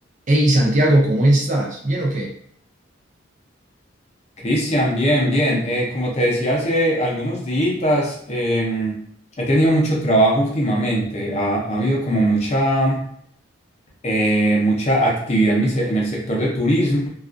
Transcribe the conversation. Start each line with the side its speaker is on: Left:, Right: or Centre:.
Right: Hey Santiago, ¿cómo estás? ¿Bien o qué?
Left: Cristian, bien, bien. Eh, como te decía hace algunos días, em, he tenido mucho trabajo últimamente. Ha, ha habido como mucha, eh, mucha actividad en, mi se- en el sector de turismo,